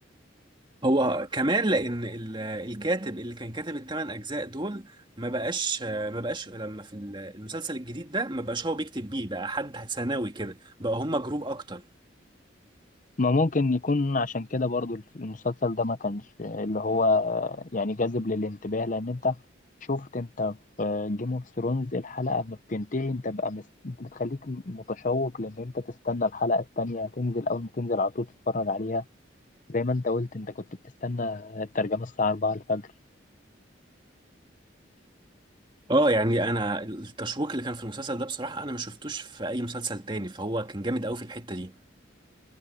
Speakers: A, on the right; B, on the left.
A: هو كمان لان ال- الكاتب اللي كان كاتب الثمان اجزاء دول ما بقاش ما بقاش لما في ال- المسلسل الجديد ده ما بقاش هو بيكتب بيه بقى حد ثانوي كده بقى هم جروب اكتر
B: ما ممكن يكون عشان كده برضو الف- المسلسل ده ما كانش اللي هو يعني جاذب للانتباه لأن أنت شفت أنت في جيم اوف ثرونز الحلقة ما بتنتهي أنت بقى مس... بتخليك متشوق لأن أنت تستنى الحلقة التانية تنزل أول ما تنزل على طول تتفرج عليها زي ما انت قلت انت كنت بتستنى الترجمة الساعة 4 الفجر
A: اه يعني انا التشويق اللي كان في المسلسل ده بصراحة انا ما شفتوش في اي مسلسل تاني فهو كان جامد قوي في الحتة دي